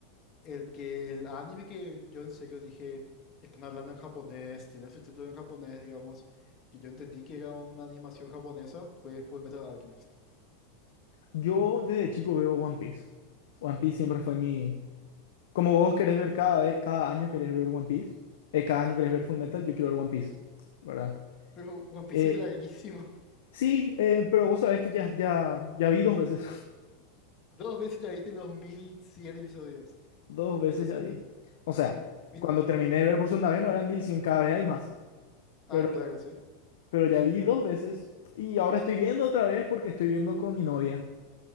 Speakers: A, on the left; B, on the left.
A: el que el anime que yo en serio dije, están hablando en japonés, tiene su título en japonés, digamos, y que yo entendí que era una animación japonesa, fue Full Metal Alchemist. <laughs>
B: Yo desde chico veo One Piece. One Piece siempre fue mi... Como vos querés ver cada vez, cada año querés ver One Piece, eh, cada año querés ver Full Metal, yo quiero ver One Piece, ¿verdad?
A: Pero One Piece
B: Eh,
A: es larguísimo.
B: sí, eh, pero vos sabés que ya, ya, ya vi dos veces.
A: <laughs> Dos veces ya viste los 1100 episodios,
B: <laughs> Dos veces
A: 1200.
B: ya vi. O sea,
A: Mil-
B: cuando terminé de ver por segunda vez no eran mil cien cada vez hay más.
A: Ah,
B: Pero,
A: claro, sí.
B: pero ya vi dos veces y ahora estoy viendo otra vez porque estoy viendo con mi novia.